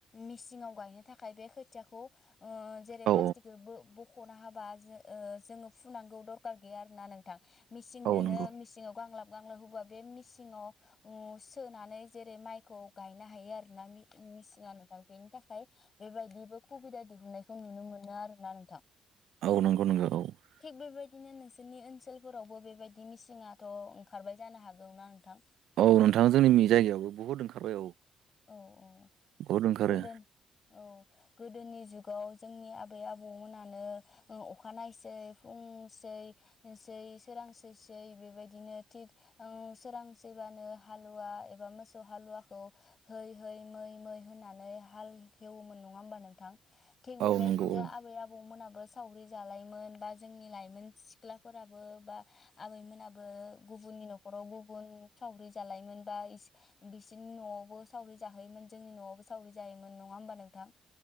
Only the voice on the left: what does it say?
मेसिंङाव गायनो थाखाय बे खोथियाखौ। ओ जेरै
प्लास्टिखो बो बख ख'ना हाबा जो ओ जोङो फुनांगौ दरखार गैया आरोना नोंथां। मिसिंदोनो
मिसिंआव गांलाब। गांलाब होबा उम बे मिेसिंङाव उम सोनानै जेरै माइखौ। गायनो हायो आरो ना मि मिचिंङा नोंथां बेनि थाखाय बेबायदिबो खुबिदा दहुननायखौ नुनो मोनो मोनो आरोोना नोंथां
थिग बेबायदिनो नोंसोरनि ओन सोलफोरावबो बेबायदि मिचिंङाथ' ओंखारबाय जानो हागौना नोंथां।
औ औ
गोदो औ गोदोनि जुग। गाव जोंनि आबै आबौमोनानो ओ अखानायनायसै फुंसै सै। सोरांसैसै बेबायदिनो थि सोरांसैबानो हालुवा एबा मोसौ हालुवाखौ है है मै मै होननानै हाल हेवोमोन नङा होमबा नोंथां। थिग बेबायदिनो
आबै आबौमोनाबो सावरि जालायमोन बा जोंनि लाइमोन सिख्लाफोराबो बा आबैमोनाबो गुबुन आोंनि न'खराव गुबुन सावरि जालायोम बा बिसिोरनि न'आवबो सावरि जाहोोमोन जोंनि न'आवबो सावरि जायोमोन नङा होमबा नोंथां